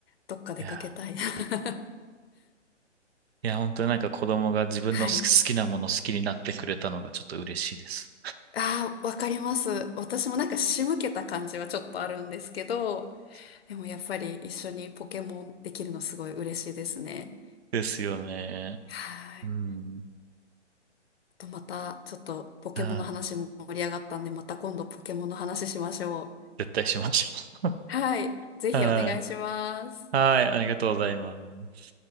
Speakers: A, on the left; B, on the right.
A: どっか出かけたい。
B: いや、
A: <laughs>
B: いや、本当になんか子供が自分の好き好きなもの好きになってくれたのがちょっと嬉しいです。
A: はい。ああ、わかります。私もなんか仕向けた感じはちょっとあるんですけど、でもやっぱり一緒にポケモンできるのすごい嬉しいですね。
B: ですよね。
A: はい。
B: うん。
A: とまた、ちょっとポケモンの話も盛り上がったんで、
B: はい。
A: また今度ポケモンの話しましょう。
B: 絶対しましょ
A: はい。ぜひお願いします。
B: う。<laughs> はい。はい。ありがとうございます。